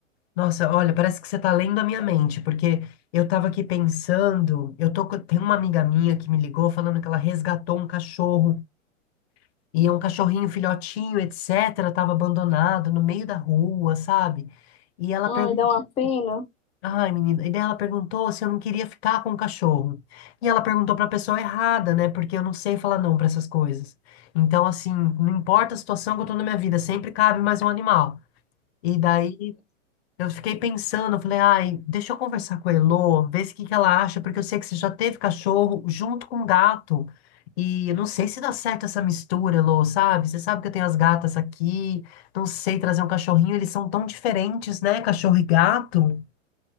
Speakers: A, on the left; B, on the left.
A: Nossa, olha, parece que você tá lendo a minha mente, porque eu tava aqui pensando, eu tô, com- tem uma amiga minha que me ligou falando que ela resgatou um cachorro, e é um cachorrinho filhotinho, etc, tava abandonado no meio da rua, sabe? E ela
B: Ai,
A: perguntou
B: dá uma pena.
A: Ai, menina. E daí ela perguntou se eu não queria ficar com o cachorro. E ela perguntou pra pessoa errada, né? Porque eu não sei falar não pra essas coisas. Então, assim, não importa a situação que eu tô na minha vida, sempre cabe mais um animal. E daí eu fiquei pensando, eu falei, ai, deixa eu conversar com a Elô, ver se o que que ela acha, porque eu sei que você já teve cachorro junto com gato. E eu não sei se dá certo essa mistura, Elô, sabe? Você sabe que eu tenho as gatas aqui, não sei trazer um cachorrinho, eles são tão diferentes, né? Cachorro e gato.